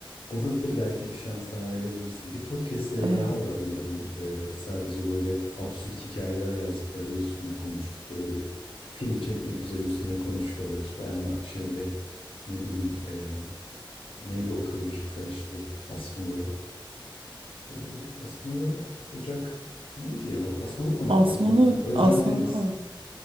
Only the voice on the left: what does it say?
Olabilir belki bir şans daha verebilirsin. Bir podcastleri
daha var onların. Ee, sadece böyle absürt hikayeler yazdıkları ve üstüne konuştukları bir film çekmek üzere üstüne konuşuyorlar işte. Erma şeyle ne bileyim e, neydi o kıvırcık saçlı asmalı Ee, Asmalı Ocak neydi ya? Asmalı Konak'taki
oynayan Özcan
Deniz.